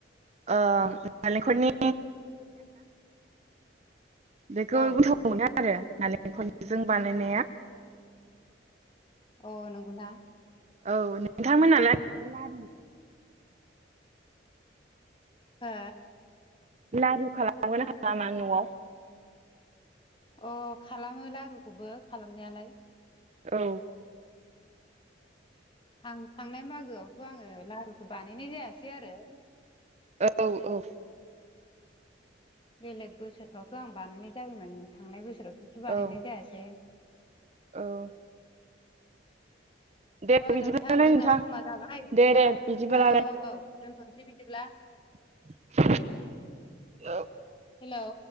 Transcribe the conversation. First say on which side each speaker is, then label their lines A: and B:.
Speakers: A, on the right; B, on the left.
A: अ नारेंखरनि बेखौ
B: औ
A: गोथाव मोना आरो नालेंखजों बानायनाया
B: अ नंगौ दा
A: औ नोंथांमोनालाय लारु
B: हा
A: लारु खालामगोन ना खालामा न'आव
B: अ खालामो लारुखौबो खालामनायालाय
A: औ
B: आं थांनाय मागोआवथ' आङो लारुखौ बानायनाय जायासै आरो
A: औ औ
B: बेलेग बोसोरफ्रावथ' आं बानायनाय जायोमोन थांनाय बोसोराव खेथु बानायनाय
A: औ
B: जायासै
A: औ दे
B: अ
A: बिदिब्लालाय
B: नोंथां जोंना
A: नोंथां
B: समा जाबाय बिदिब्ला
A: दे दे बिदिबालाय
B: औ औ दोनथ'नोसै बिदिब्ला
A: <unintelligible> औ
B: हेल'